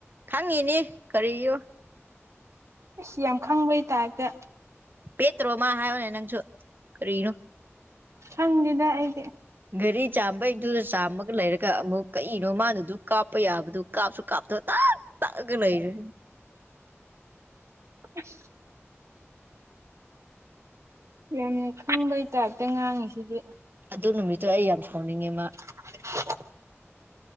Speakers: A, on the right (about 45°); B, on the right (about 80°).
A: ꯈꯪꯉꯤꯅꯤ ꯀꯔꯤꯌꫭ
B: ꯏꯁ ꯌꯥꯝ ꯈꯪꯕꯩ ꯇꯥꯥꯏꯞꯇ
A: ꯄꯦꯇ꯭ꯔꯣ ꯃꯥ ꯍꯥꯏꯌꯣꯅꯦ ꯅꯪꯁꯨ ꯀꯔꯤꯔꯣ
B: ꯈꯪꯗꯦꯗ ꯑꯩꯗꯤ
A: ꯒꯔꯤ ꯆꯥꯝꯕꯩꯗꯨꯗ ꯆꯥꯝꯃꯒ ꯂꯩꯔꯒ ꯑꯃꯨꯛ ꯀꯔꯤꯅꯣ ꯃꯥꯅꯗꯨ ꯀꯥꯞꯄ ꯌꯥꯕꯗꯨ ꯀꯥꯞꯁꯨ ꯀꯥꯞꯇꯣ ꯇꯞ ꯇꯛꯑꯒ ꯂꯩꯔꯦ
B: <inaudible> ꯌꯥꯝꯅ ꯈꯪꯕꯩ ꯇꯥꯏꯞꯇ ꯉꯥꯡꯉꯤꯁꯤꯗꯤ
A: ꯑꯗꯨ ꯅꯨꯃꯤꯠꯇꯣ ꯑꯩ ꯌꯥꯝ ꯁꯥꯎꯅꯤꯡꯉꯦ ꯃꯥ
B: <inaudible>